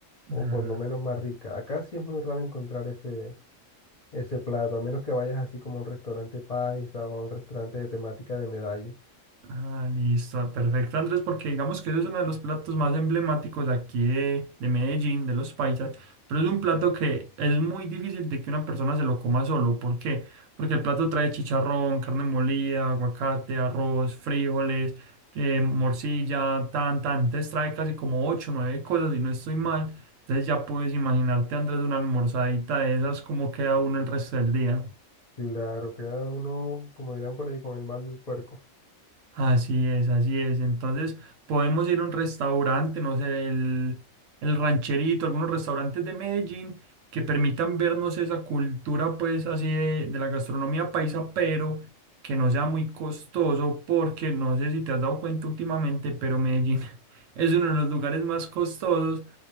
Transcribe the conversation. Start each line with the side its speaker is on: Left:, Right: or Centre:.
Left: o
Right: Ah.
Left: por lo menos más rica. Acá sí es muy raro encontrar ese, ese plato, a menos que vayas así como a un restaurante paisa o a un restaurante de temática de medallo.
Right: Ah, listo, perfecto, Andrés, porque digamos que eso es uno de los platos más emblemáticos aquí de, de Medellín, de los paisas, pero es un plato que es muy difícil de que una persona se lo coma solo. ¿Por qué? Porque el plato trae chicharrón, carne molida, aguacate, arroz, frijoles, eh, morcilla, tan, tan. Entonces trae casi como ocho, o nueve cosas, y no estoy mal. Entonces ya puedes imaginarte, Andrés, una almorzadita de esas, cómo queda uno el resto del día.
Left: Claro, queda uno, como dirán por ahí, con el mal del puerco.
Right: Así es, así es. Entonces, podemos ir a un restaurante, no sé, el, el rancherito, algunos restaurantes de Medellín que permitan vernos esa cultura, pues, así de, de la gastronomía paisa, pero que no sea muy costoso, porque no sé si te has dado cuenta últimamente, pero Medellín <laughs> es uno de los lugares más costosos.